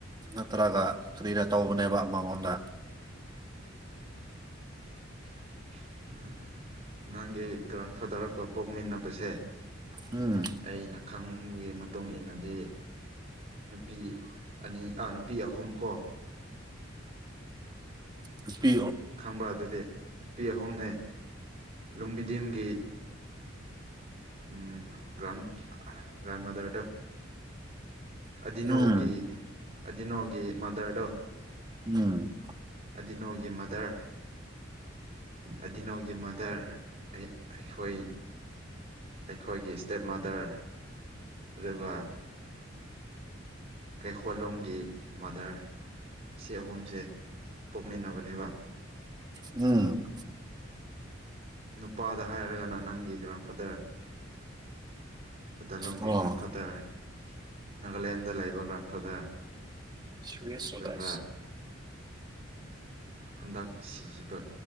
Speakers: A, on the right; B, on the right.
A: ꯅꯠꯇ꯭ꯔꯒ ꯀꯔꯤꯗ ꯇꯧꯕꯅꯦꯕ ꯃꯉꯣꯟꯗ
B: <inaudible> ꯅꯪꯒꯤ ꯒ꯭ꯔꯥꯟꯐꯥꯗꯔꯒ ꯄꯣꯛꯃꯤꯟꯅꯕꯁꯦ
A: ꯎꯨꯝ
B: ꯑꯩꯅ ꯈꯪꯕꯒꯤ ꯃꯇꯨꯡ ꯏꯟꯅꯗꯤ ꯅꯨꯄꯤ ꯑꯅꯤ ꯑꯥ ꯅꯨꯄꯤ ꯑꯍꯨꯝ ꯀꯣ
A: ꯅꯨꯄꯤ
B: ꯈꯪꯕ꯭ꯔꯥ ꯑꯗꯨꯗꯤ ꯅꯨꯄꯤ ꯑꯍꯨꯝꯅꯦ ꯂꯨꯡꯕꯤꯗꯤꯝꯒꯤ ꯎꯝ ꯒ꯭ꯔꯥꯟ ꯒ꯭ꯔꯥꯟ ꯃꯥꯗꯔꯗꯣ
A: ꯎꯝ
B: ꯑꯗꯤꯅꯣꯒꯤ ꯑꯗꯤꯅꯣꯒꯤ ꯃꯥꯗꯔꯗꯣ
A: ꯎꯨꯝ
B: ꯗꯤꯅꯣꯒꯤ ꯃꯥꯗꯔ ꯑꯗꯤꯅꯣꯒꯤ ꯃꯥꯗꯔ ꯑꯩꯈꯣꯏ ꯑꯩꯈꯣꯏꯒꯤ ꯏꯁꯇꯦꯞ ꯃꯥꯗꯔ ꯑꯗꯨꯒ ꯀꯩꯈꯣꯜꯂꯣꯝꯒꯤ ꯃꯥꯗꯔ ꯁꯤ ꯑꯍꯨꯝꯁꯦ ꯄꯣꯛꯃꯤꯟꯅꯕꯅꯦꯕ
A: ꯎꯨꯝ
B: ꯅꯨꯄꯥꯗ ꯍꯥꯏꯔꯒꯅ ꯅꯪꯒꯤ ꯒ꯭ꯔꯥꯟ ꯐꯥꯗꯔ ꯀꯗꯂꯣꯡꯒꯤ
A: ꯑꯣ
B: ꯒ꯭ꯔꯥꯟ ꯐꯥꯗꯔ ꯅꯥꯒꯥꯂꯦꯟꯗ ꯂꯩꯕ ꯒ꯭ꯔꯥꯟꯐꯥꯗꯔ
A: ꯁꯔꯤꯁ
B: ꯑꯗꯨꯒ
A: ꯁ ꯗꯥꯁ
B: ꯍꯟꯗꯛ ꯁꯤꯈꯤꯕ